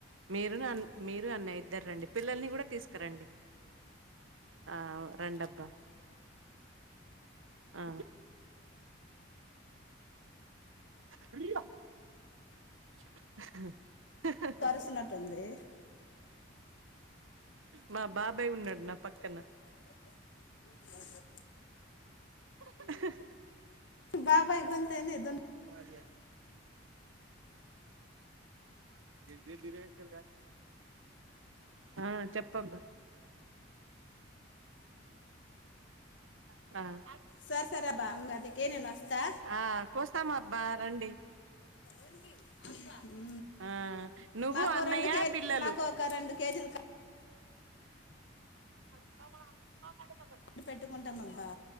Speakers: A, on the right; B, on the left.
A: మీరు అన్ మీరు అన్నయ్య ఇద్దరు రండి పిల్లల్ని కూడా తీసు కరండి అవో రండి అబ్బా అ <inaudible> <unintelligible>
B: కరుస్తున్నట్టుంది
A: మా బాబాయ్ ఉన్నాడు నా పక్కన
B: గంధమ్
A: <inaudible>
B: బాబాయ్ గొంతు ఏం చేద్దును
A: పా ఇయ్యది డిడిరేకుల ఆ చెప్పు అబ్బా ఆ
B: సరే సరే అబ్బా మే అద్దెకే నేను వస్తా
A: ఆ కోస్తాం అబ్బా రండి
B: ఏంటి అబ్బా ఉ
A: ఆ నువ్వు
B: మాకు
A: అన్నయ్య
B: రెండు కేజీ
A: పిల్లలు
B: మాకు ఒక రెండు కేజీలు కా
A: అంతా మనం అడు కోము
B: కాయలు పెట్టుకుంటాం అబ్బా